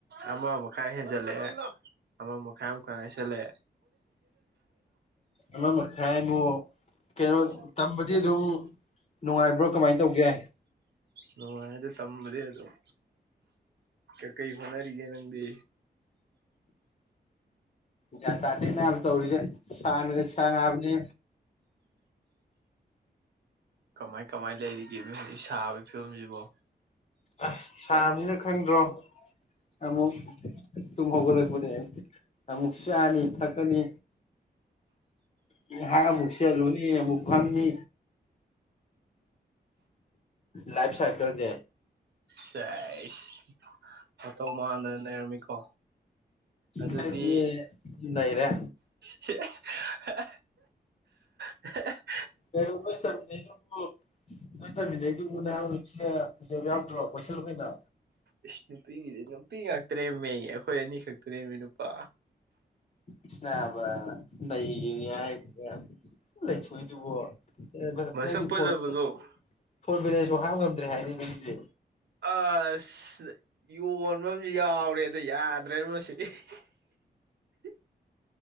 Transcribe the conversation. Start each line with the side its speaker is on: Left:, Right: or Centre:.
Right: ꯑꯃ ꯃꯈꯥꯏ ꯍꯦꯟꯖꯜꯂꯛꯑꯦ ꯑꯃ ꯃꯥ ꯀꯕꯝꯀꯥꯟꯗꯒꯤ ꯆꯠꯂꯦ
Left: ꯑꯃ ꯃꯈꯥꯏꯃꯨꯛ ꯀꯩꯅꯣ
Right: <unintelligible>
Left: ꯇꯝꯕꯗꯤ ꯑꯗꯨꯝ ꯅꯨꯡꯉꯥꯏꯕ꯭ꯔꯣ ꯀꯃꯥꯏꯅ ꯇꯧꯒꯦ
Right: ꯂꯣꯏꯔꯦ ꯑꯗꯩ ꯇꯝꯕꯗꯤ ꯑꯗꯨꯝ ꯀꯩ ꯀꯩ ꯍꯣꯠꯅꯔꯤꯒꯦ ꯅꯪꯗꯤ
Left: ꯒ꯭ꯌꯥꯟ ꯇꯥꯗꯦꯗ ꯅꯕ ꯇꯧꯔꯤꯁꯦ ꯁꯥꯅꯒ ꯁꯥꯕꯅꯦ
Right: ꯀꯃꯥꯏ ꯀꯃꯥꯏ ꯂꯩꯔꯤꯒꯦ ꯅꯣꯏ ꯍꯧꯖꯤꯛ ꯁꯥꯕꯩ ꯐꯤꯕꯝꯁꯤꯕꯣ
Left: ꯑꯦ ꯁꯥꯕꯅꯤꯅ ꯈꯪꯗ꯭ꯔꯣ ꯑꯃꯨꯛ ꯇꯨꯝ ꯍꯧꯒꯠꯂꯛꯄꯗꯩ ꯑꯃꯨꯛ ꯆꯥꯅꯤ ꯊꯛꯀꯅꯤ ꯉꯩꯍꯥꯛ ꯑꯃꯨꯛ ꯆꯠꯂꯨꯅꯤ ꯑꯃꯨꯛ ꯐꯝꯅꯤ ꯂꯥꯏꯐ ꯁꯔꯀꯜꯁꯦ
Right: ꯁꯦꯁ ꯃꯇꯧ ꯃꯥꯟꯗꯅ ꯅꯩꯔꯝꯃꯤꯀꯣ ꯑꯗꯨꯗꯤ
Left: ꯈꯔꯗꯤ ꯂꯩꯔꯦ
Right: ꯁꯤꯌꯦ ꯍꯥ ꯍꯥ <unintelligible>
Left: ꯀꯩꯗꯧꯕꯩꯅꯣ ꯍꯪꯅꯩꯗꯨꯕꯨ ꯅꯣꯏ ꯇꯝꯃꯤꯟꯅꯩꯗꯨꯕꯨ ꯅꯥꯕ ꯅꯨꯄꯤꯒ ꯐꯖꯕ ꯌꯥꯎꯗ꯭ꯔꯣ ꯀꯣꯁꯜꯂꯨ ꯀꯩꯅꯣ
Right: ꯏꯁ ꯅꯨꯄꯤꯒꯤꯗꯤ ꯅꯨꯄꯤ ꯉꯥꯛꯇꯅꯦꯃꯤ ꯑꯩꯈꯣꯏ ꯑꯅꯤ ꯈꯛꯇꯅꯦꯃꯤ ꯅꯨꯄꯥ
Left: ꯏꯁ ꯅꯥꯕ ꯅꯩꯒꯦꯗꯤ ꯍꯥꯏꯗ꯭ꯔꯒ ꯂꯩꯊꯣꯛꯏꯗꯨꯕꯣ ꯅ
Right: ꯃꯁꯛ
Left: ꯅꯪꯗꯤ
Right: ꯐꯖꯕꯗꯣ
Left: ꯐꯣꯟ ꯕꯦꯂꯦꯟꯁꯁꯨ ꯐꯣꯟ ꯕꯦꯂꯦꯟꯁ ꯄꯣꯛ ꯍꯥꯞ ꯉꯝꯗ꯭ꯔꯦ ꯍꯥꯏꯅꯦ ꯅꯪꯗꯤ
Right: ꯑꯁ ꯌꯣꯟꯕꯝꯁꯨ ꯌꯥꯎꯔꯦꯗ ꯌꯥꯗ꯭ꯔꯦ ꯃꯁꯤ <inaudible>